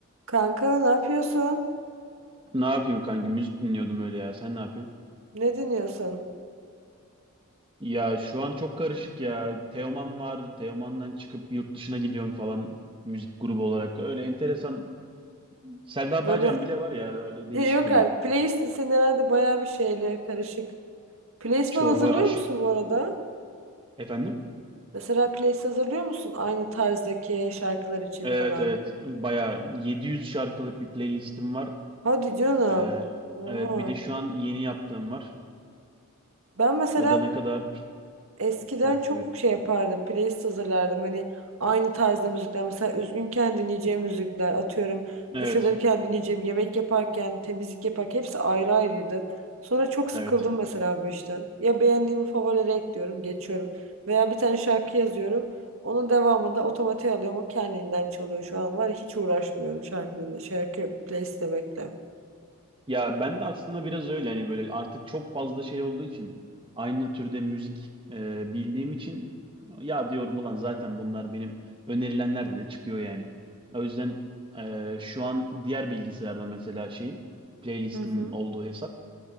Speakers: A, on the right; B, on the right.
A: Kanka ne yapıyorsun?
B: Ne yapayım kanki? Müzik dinliyordum öyle ya. Sen ne yapıyorsun?
A: Ne dinliyorsun?
B: Ya şu an çok karışık ya. Teoman var. Teoman'dan çıkıp yurt dışına gidiyorum falan. Müzik grubu olarak. Öyle enteresan. Selda
A: Böyle
B: Bağcan bile var ya. Öyle değişik
A: <laughs> yok
B: yani.
A: abi playlist'in senin herhalde bayağı bir şeyle karışık. Playlist
B: Çorba
A: falan hazırlıyor
B: aşı...
A: musun bu arada?
B: Efendim?
A: Mesela playlist hazırlıyor musun aynı tarzdaki şarkılar için
B: Evet
A: falan?
B: evet. Baya yüz şarkılık bir playlistim var.
A: Hadi canım.
B: Ee,
A: Oha.
B: evet bir de şu an yeni yaptığım var.
A: Ben mesela
B: O da ne kadar...
A: Eskiden
B: Heh
A: çok
B: buyur.
A: şey yapardım. Playlist hazırlardım. Hani aynı tarzda müzikler. Mesela üzgünken dinleyeceğim müzikler. Atıyorum
B: Evet.
A: duş alırken dinleyeceğim. Yemek yaparken, temizlik yaparken hepsi ayrı ayrıydı. Sonra çok sıkıldım
B: Evet.
A: mesela bu işten. Ya beğendiğimi favorilere ekliyorum, geçiyorum. Veya bir tane şarkı yazıyorum. Onun devamında otomatiğe alıyorum. O kendinden çalıyor şu an var. ya, Hiç uğraşmıyorum şarkı dinle, şarkı playlist demekle.
B: Ya ben de aslında biraz öyle hani böyle artık çok fazla şey olduğu için aynı türde müzik e, bildiğim için ya diyorum ulan zaten bunlar benim önerilenlerde de çıkıyor yani. O yüzden e, şu an diğer bilgisayarda mesela şeyim playlistim
A: Hı hı.
B: olduğu hesap